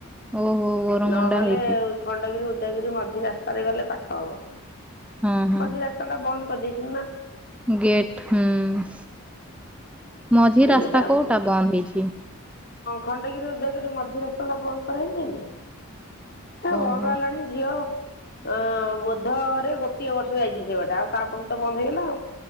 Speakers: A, in the centre; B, on the left.
A: ଆଉ ଓହୋ ବରମୁଣ୍ଡା
B: ନହେଲେ
A: ହେଇକି
B: ଖଣ୍ଡଗିରି ଉଦ୍ ଉଦୟଗିରି ମଝି ରାସ୍ତାରେ ଗଲେ ପାଖ ହବ।
A: ହଁ ହଁ।
B: ଆଜି ରାସ୍ତା ଟା ବନ୍ଦ କରିଦେଇ ହେ ନା।
A: ଗେଟ୍ ହୁଁ ମଝି
B: ଏଇଟା
A: ରାସ୍ତା କୋଉଟା ବନ୍ଦ ହେଇଛି?
B: ଖଣ୍ଡଗିରି ଉଦୟଗିରି ମଝି ରାସ୍ତା ଟା ବନ୍ଦ କରାହେଇଯାଇନି। ହେ
A: ଓହୋ।
B: ବନ୍ଦ ହେଲାଣି ଝିଅ ଅ, ବୋଧରେ ଗୋଟିଏ ବର୍ଷ ଯାଇଚି ସେବାଟା ଆଉ ତାପରକୁ ତ ବନ୍ଦ ହେଇଗଲା ଆଉ।